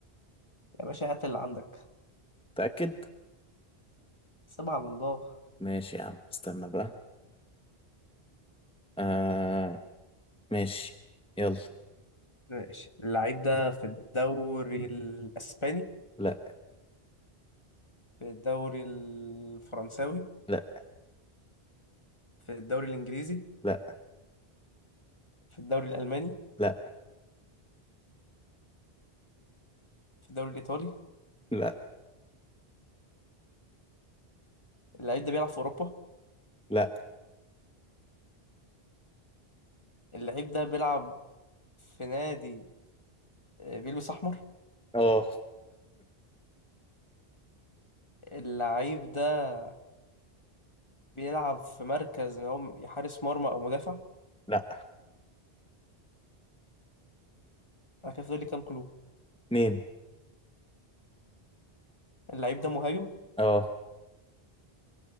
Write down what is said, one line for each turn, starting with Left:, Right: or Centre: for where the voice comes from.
Left: يا باشا هات اللي عندك
Centre: متأكد
Left: سيبها على الله
Centre: ماشي يا عم استنى بقى أه ماشي يلا
Left: ماشي اللعيب ده في الدوري الأسباني
Centre: لا
Left: في الدوري الفرنساوي
Centre: لا
Left: في الدوري الإنجليزي
Centre: لا
Left: في الدوري الألماني
Centre: لا
Left: في الدوري الإيطالي
Centre: لا
Left: اللعيب ده بيلعب في اوروبا
Centre: لا
Left: اللعيب ده بيلعب في نادي آه، بيلبس احمر
Centre: اه
Left: اللعيب ده بيلعب في مركز اللي هو حارس مرمى او مدافع
Centre: لا
Left: انا كده فاضل لي كام كلو
Centre: اتنين
Left: اللعيب ده مهاجم
Centre: اه